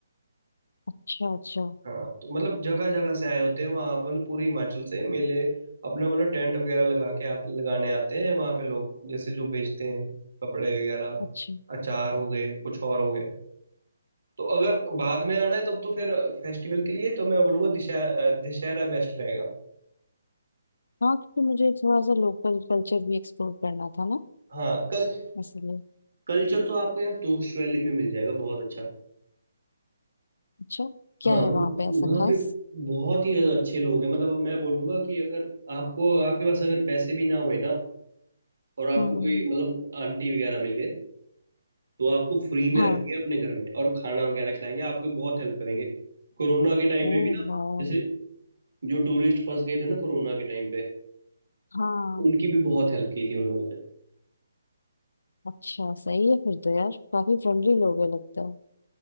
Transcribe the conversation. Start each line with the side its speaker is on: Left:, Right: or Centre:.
Left: अच्छा अच्छा
Right: हाँ तो मतलब जगह जगह से आए होते हैं वहाँ पर मतलब पूरे हिमाचल से मेले अपना मतलब टेंट वगैरह लगा के आ, लगाने आते हैं वहाँ पे लोग जैसे जो बेचते हैं कपड़े वगैरह
Left: अच्छा
Right: अचार हो गए कुछ और हो गया तो अगर बाद में आना है तब तो फिर फेस्टिवल के लिए तो मैं बोलूँगा दशहरा दशहरा बेस्ट रहेगा
Left: हाँ क्योंकि मुझे थोड़ा सा लोकल कल्चर भी एक्सप्लोर करना था ना
Right: हाँ कल
Left: इसलिए
Right: कल्चर तो आपको यार तोश वैली में मिल जाएगा बहुत अच्छा
Left: अच्छा क्या
Right: हाँ
Left: है
Right: वह-
Left: वहाँ पे ऐसा
Right: वहाँ
Left: खास
Right: पे बहुत ही अच्छे लोग हैं मतलब अब मैं बोलूंगा कि अगर आपको आपके पास अगर पैसे भी ना हुए ना और आपको
Left: हम्म हम्म
Right: कोई
Left: हम्म,
Right: मतलब आंटी वगैरह मिल गए तो आपको फ्री में
Left: हाँ
Right: रखेंगे अपने घर में और खाना वगैरह खिलाएंगे आपको बहुत हेल्प करेंगे कोरोना के टाइम पे
Left: ओ
Right: भी ना
Left: वाह
Right: जैसे जो टूरिस्ट फंस गए थे ना कोरोना के टाइम पे
Left: हाँ
Right: उनकी भी बहुत हेल्प की थी उन लोगों ने
Left: अच्छा सही है फिर तो यार काफी फ्रेंडली लोग है लगता है